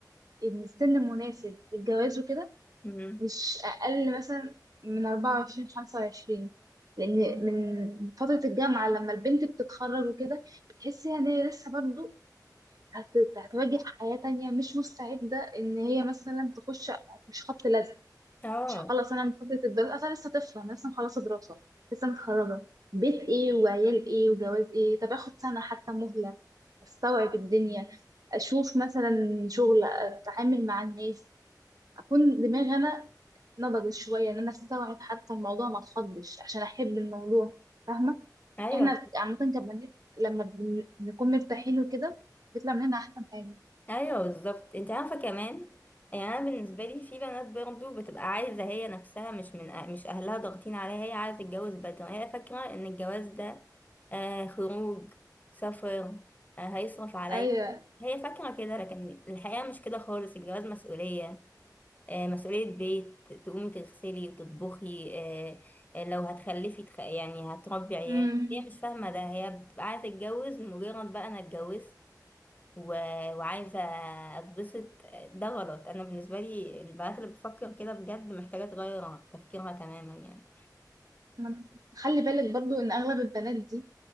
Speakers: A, on the right; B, on the left.
A: ان السن المناسب للجواز وكده
B: مم.
A: مش اقل مثلا من 24 25 لان من فتره الجامعه لما البنت بتتخرج وكده بتحسي ان هي لسه برضه هت- هتواجه حياة تانية مش مستعدة ان هي مثلا تخش مش خبط لزق
B: اه
A: مش هخلص انا من فترة الدراسة اصلا لسه طفلة انا لسه مخلصة دراسة لسه متخرجة بيت ايه وعيال ايه وجواز ايه طب اخد سنة حتى مهلة استوعب الدنيا اشوف مثلا شغل اتعامل مع الناس اكون دماغي انا نضجت شوية ان انا استوعب حتى الموضوع ما اتخضش عشان احب الموضوع فاهمة
B: ايوه
A: احنا عامة كبنات لما بن- بنكون مرتاحين وكده بيطلع مننا احسن حاجة
B: ايوه بالظبط انت عارفه كمان يعني انا بالنسبه لي في بنات برضو بتبقى عايزه هي نفسها مش من أه- مش اهلها ضاغطين عليها هي عايزه تتجوز بدري هي فاكره ان الجواز ده آه خروج سفر آه هيصرف عليا
A: ايوه
B: هي فاكره كده لكن الحقيقه مش كده خالص الجواز مسؤوليه آه مسؤوليه بيت تقومي تغسلي وتطبخي آه آه، لو هتخلفي تخ... يعني هتربي عيال
A: امم
B: هي مش فاهمه ده هي بتبقى عايزه تتجوز مجرد بقى انا اتجوزت و... وعايزة اتبسط ده غلط انا بالنسبة لي البنات اللي بتفكر كده بجد محتاجة تغير تفكيرها تماما يعني
A: ما- خلي بالك برضو ان اغلب البنات دي